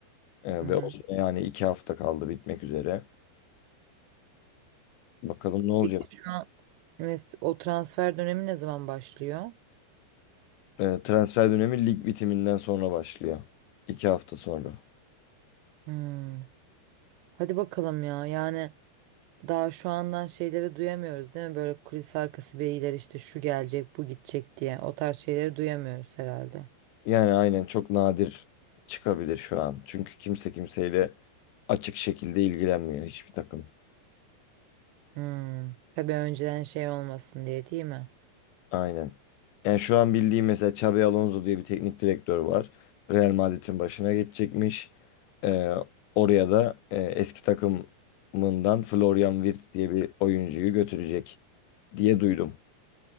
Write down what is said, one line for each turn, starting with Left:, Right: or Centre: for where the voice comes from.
Left: E,
Right: Hı hı.
Left: ve o sene yani iki hafta kaldı bitmek üzere. Bakalım ne olacak.
Right: Peki şu an mes- o transfer dönemi ne zaman başlıyor?
Left: E, transfer dönemi lig bitiminden sonra başlıyor. İki hafta sonra.
Right: Hmm. Hadi bakalım ya. Yani daha şu andan şeyleri duyamıyoruz değil mi? Böyle kulis arkası beyler işte şu gelecek, bu gidecek diye. O tarz şeyleri duyamıyoruz herhalde.
Left: Yani aynen çok nadir çıkabilir şu an. Çünkü kimse kimseyle açık şekilde ilgilenmiyor hiçbir takım.
Right: Hmm. Tabii önceden şey olmasın diye değil mi?
Left: Aynen. Yani şu an bildiğim mesela Xabi Alonso diye bir teknik direktör var. Real Madrid'in başına geçecekmiş. E, oraya da e, eski takımından Florian Wirtz diye bir oyuncuyu götürecek diye duydum.